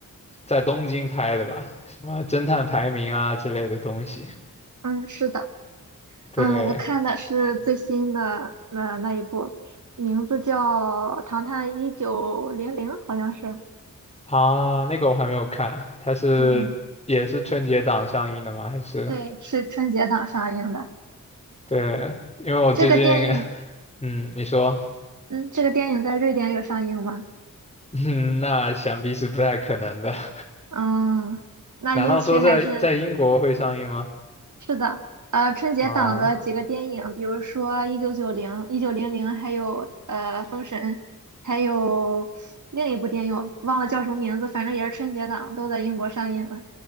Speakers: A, on the left; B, on the right.
A: 在东京拍的吧，什么侦探排名啊之类的东西。
B: 嗯，是的，
A: 对
B: 嗯，我看的是最新的那那一部，名字叫《唐探一九零零》，好像是，
A: 啊，那个我还没有看，它是也是春节档上映的吗？
B: 嗯，
A: 还是？
B: 对，是春节档上映的。
A: 对，因为我最近
B: 这个电影，
A: <laughs> 嗯，你说，
B: 嗯，这个电影在瑞典有上映吗？
A: <laughs> 嗯，那想必是不太可能的。<laughs>
B: 嗯，那英区还是
A: 难道说在在英国会上映吗？
B: 是的，呃，春节档的几个电影，
A: 啊，
B: 比如说《一九九零》《一九零零》，还有呃《封神》，还有另一部电影，我忘了叫什么名字，反正也是春节档，都在英国上映了。